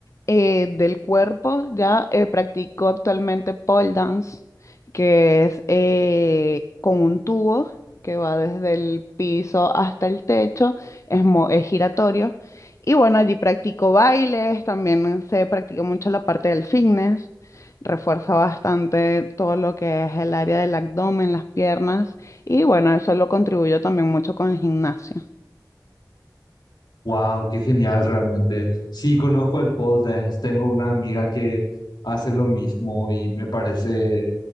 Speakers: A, on the left; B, on the left.
A: eh, del cuerpo. Ya eh, practico actualmente pole dance, que es eh, con un tubo que va desde el piso hasta el techo, es, mo- es giratorio. Y bueno, allí practico bailes, también se practica mucho la parte del fitness, refuerza bastante todo lo que es el área del abdomen, las piernas. Y bueno, eso lo contribuyó también mucho con el gimnasio.
B: Wow, qué genial realmente. Sí, conozco el pole dance, tengo una amiga que hace lo mismo y me parece